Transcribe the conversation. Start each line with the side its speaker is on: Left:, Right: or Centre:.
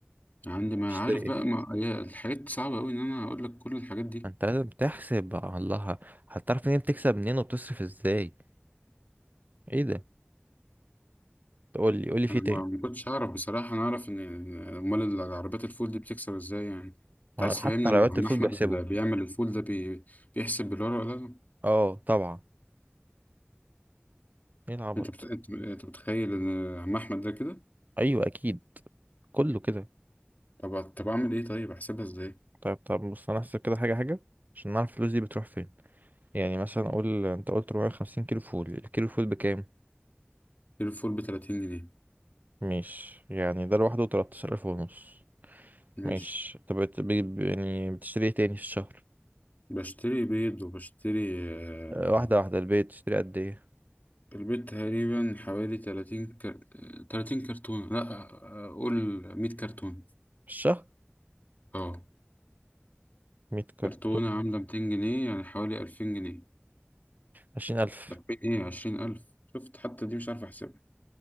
Left: عندي ما
Right: تشتري
Left: عارف بقى
Right: ايه
Left: ما هي الحاجات دي صعبة أوي إن أنا أقول لك كل الحاجات دي
Right: انت لازم تحسب بقى. الله هتعرف منين بتكسب منين وبتصرف ازاي ايه ده تقول لي قول لي في
Left: أنا
Right: تاني
Left: ما ما كنتش أعرف بصراحة أنا أعرف إن إن أمال العربيات الفول دي بتكسب إزاي يعني أنت
Right: ما
Left: عايز تفهمني
Right: حتى
Left: إن
Right: على وقت
Left: عم
Right: الفول
Left: أحمد
Right: بيحسبه
Left: اللي بيعمل الفول ده بي... بيحسب بالورقة ولا لا
Right: اه طبعا ايه العبط
Left: أنت بت... أنت أنت متخيل إن عم أحمد ده كده
Right: ايوه اكيد كله كده
Left: طب طب أعمل إيه طيب أحسبها إزاي؟
Right: طيب طب بص انا هحسب كده حاجة حاجة عشان نعرف الفلوس دي بتروح فين يعني مثلا اقول انت قلت 450 كيلو فول الكيلو فول بكام
Left: الفول ب 30 جنيه
Right: مش يعني ده لوحده 13000 ونص
Left: ماشي
Right: ماشي طب بت- بي- بي- يعني بتشتري ايه تاني في الشهر
Left: بشتري بيض وبشتري آه،
Right: آه، واحدة واحدة البيت تشتري قد ايه
Left: البيض تقريبا حوالي 30 كر... 30 كرتونة لا آه، قول 100 كرتونة
Right: في الشهر
Left: اه
Right: مية كرتون
Left: كرتونة عاملة 200 جنيه يعني حوالي 2000 جنيه
Right: عشرين ألف
Left: 2000 ايه 20000 شفت حتى دي مش عارف احسبها